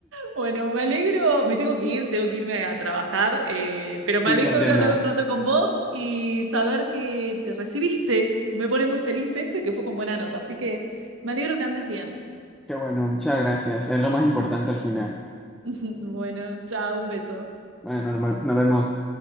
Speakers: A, on the right; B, in the centre.
A: bueno, me alegro, me tengo que ir, tengo que irme a trabajar, eh, pero
B: Sí,
A: me alegro
B: sí, entiendo.
A: de haber hablado un rato con vos y saber que te recibiste. Me pone muy feliz eso y que fue con buena nota, así que me alegro que andes bien.
B: Qué bueno, muchas gracias. Es lo más importante al final.
A: <laughs> Bueno, chao, un beso.
B: Bueno, nos nos vemos.